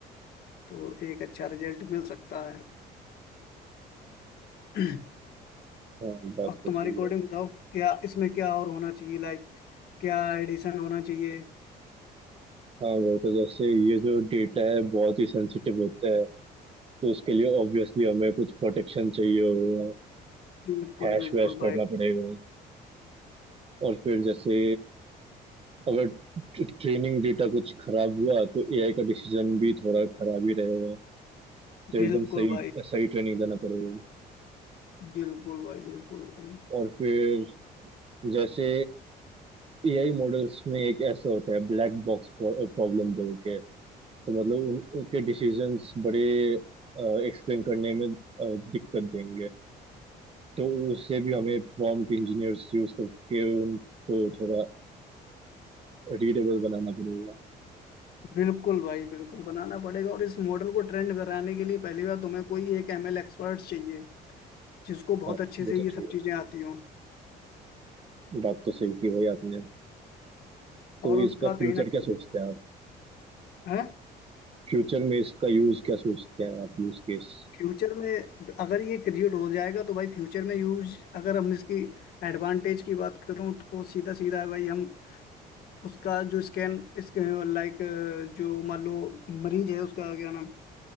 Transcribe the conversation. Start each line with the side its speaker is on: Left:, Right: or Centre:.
Left: तो एक अच्छा रिजल्ट मिल सकता है <clears throat>
Right: हाँ बात
Left: और
Right: तो
Left: तुम्हारी
Right: सही
Left: कोडिंग
Right: है
Left: बताओ क्या इसमें क्या और होना चाहिए लाइक क्या एडिशन होना चाहिए
Right: हाँ भाई तो जैसे ये जो डेटा है बहुत ही सेंसिटिव होता है तो उसके लिए ऑब्वियसली हमें कुछ प्रोटेक्शन चाहिए होगा
Left: बिल्कुल
Right: हैश
Left: बिल्कुल
Right: वैश
Left: भाई
Right: करना पड़ेगा और फिर जैसे अगर ट्रेनिंग डेटा कुछ खराब हुआ तो एआई का डिसीजन भी थोड़ा खराब ही रहेगा तो
Left: बिल्कुल
Right: एकदम सही
Left: भाई
Right: सही ट्रेनिंग देना पड़ेगा
Left: बिल्कुल भाई बिल्कुल भाई
Right: और फिर जैसे एआई मॉडल्स में एक ऐसा होता है ब्लैक बॉक्स प्रॉब्लम बोल के तो मतलब उन- उनके डिसीजंस बड़े एक्सप्लेन करने में अ, दिक्कत देंगे तो उससे भी हमें प्रॉम्प्ट इंजीनियर्स यूज करके उनको थोड़ा रीडेबल बनाना पड़ेगा
Left: बिल्कुल भाई बिल्कुल बनाना पड़ेगा और इस मॉडल को ट्रेंड कराने के लिए पहली बार तुम्हें कोई एक एमएल एक्सपर्ट चाहिए जिसको बहुत
Right: हाँ
Left: अच्छे
Right: वो
Left: से
Right: तो
Left: ये
Right: चाहिए
Left: सब चीजें आती हों
Right: बात तो सही की भाई आपने तो
Left: और उसका
Right: इसका फ्यूचर
Left: कहीं ना कहीं
Right: क्या सोचते हैं आप
Left: है
Right: फ्यूचर में इसका यूज क्या सोचते हैं आप यूज केस
Left: फ्यूचर में अगर ये क्रिएट हो जाएगा तो भाई फ्यूचर में यूज अगर हम इसकी एडवांटेज की बात करूं तो सीधा सीधा है भाई हम उसका जो स्कैन इसके लाइक जो मान लो मरीज है उसका क्या नाम